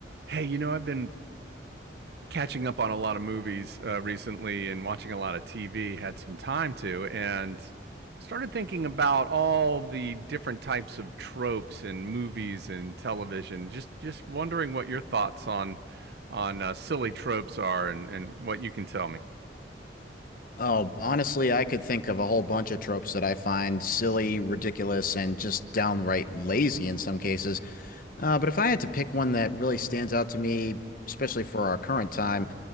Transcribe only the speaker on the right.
Hey, you know, I've been catching up on a lot of movies uh, recently and watching a lot of TV, had some time to, and started thinking about all the different types of tropes in movies and television. Just just wondering what your thoughts on on uh, silly tropes are and and what you can tell me.